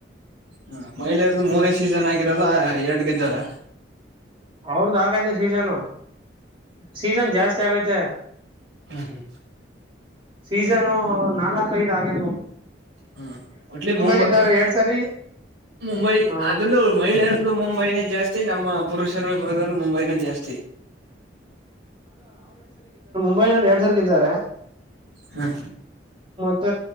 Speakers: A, on the right; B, on the right.
A: ಹ ಮಹಿಳೆಯರದು ಮೂರೇ ಸೀಸನ್ ಆಗಿರೋದು ಎರಡ್ ಗೆದ್ದವರೇ.
B: ಅವ್ರದ್ದು ಆಗೈತೆ ಸೀಸನ್ ಏನು ಸೀಸನ್ ಜಾಸ್ತಿ ಆಗೈತೆ.
A: ಹ್ಮ ಹ್ಮ್
B: ಸೀಸನು ನಾಲ್ಕೈದು ಆಗಿರಬೇಕು.
A: ಹ್ಮ ಒಟ್ಲಿ ಮುಂಬೈ
B: ಗೆದ್ದವ್ರೆ ಎರಡ್ ಸಾರಿ
A: ಮುಂಬೈ
B: ಆ
A: ಅದ್ರಲ್ಲೂ ಮಹಿಳೆಯರಲ್ಲೂ ಮುಂಬೈನೇ ಜಾಸ್ತಿ ಜಾಸ್ತಿ ನಮ್ಮ ಪುರುಷರ ವಿಭಾಗದಲ್ಲೂ ಮುಂಬೈನೇ ಜಾಸ್ತಿ.
B: ಮುಂಬೈ ನವರು ಎರಡು ಸರಿ ಗೆದ್ದರೆ
A: ಹಾ.
B: ಮತ್ತ